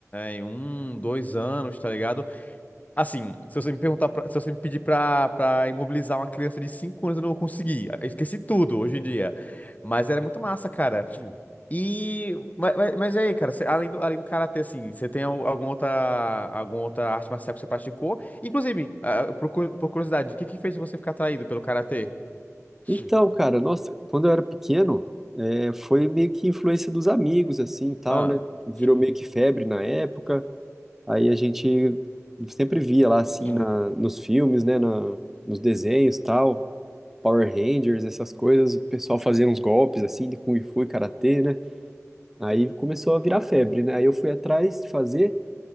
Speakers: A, on the left (about 30°); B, in the centre.
A: é, um, dois anos, tá ligado? Assim, se você me perguntar, pra- se você me pedir pra, pra imobilizar uma criança de 5 anos, eu não vou conseguir. Eu esqueci tudo hoje em dia. Mas era muito massa, cara. Sim. E. Mas, mas, mas e aí, cara, você- além do, além do karatê, assim, você tem al- alguma outra, alguma outra arte marcial que você praticou? Inclusive, ah, por, cu- por curiosidade, o que que fez você ficar atraído pelo karatê? Sim.
B: Então, cara, nossa, quando eu era pequeno, é, foi meio que influência dos amigos, assim, e tal,
A: Ah,
B: né? Virou
A: Sim.
B: meio que febre na época. Aí a gente sempre via lá, assim,
A: Sim.
B: na, nos filmes, né? Na, nos desenhos, tal. Power Rangers, essas coisas. O pessoal fazia uns golpes, assim, de Kung Fu e Karatê, né? Aí começou a virar febre, né? Aí eu fui atrás de fazer.